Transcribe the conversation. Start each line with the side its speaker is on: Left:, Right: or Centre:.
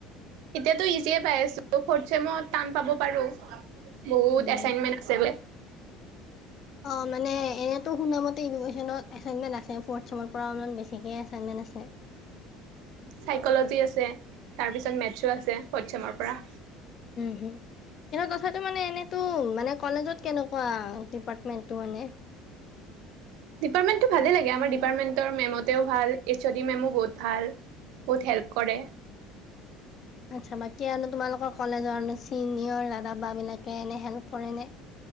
Right: এতিয়াতো ইজিয়ে পাই আছো ফ চমত টান পাব পাৰো বহুত
Left: উম
Right: এচাইনমেন্ট আছে যে
Left: অ মানে এনেতোন শুনা মতে এছাইনমেণ্ট আছে ফ চমত পৰা অলপ বেছি কে আছে আছে
Right: চাইক্লিজি আছে তাৰ পিছত মেথছো আছে ফদ চেমৰ পৰা
Left: উম হুম কি তথাপি মানে এনেতো মানে কলেজত কেনেকুৱা ডিপাৰ্টমেণ্ট মানে। <unintelligible>
Right: ডিপাৰ্টমেণ্টটো ভালেই লাগে আমাৰ ডিপাৰ্টমেণ্টৰ মেমতেও ভাল এইচ অ' ডি মেমো বহুত ভাল বহুত হেল্প কৰে
Left: <unintelligible> আচ্ছা বাকী আৰু ন তোমালোকৰ কলেজৰ চিনিয়ৰ দাদা বা বিলাকে এনে হেল্প কৰে নে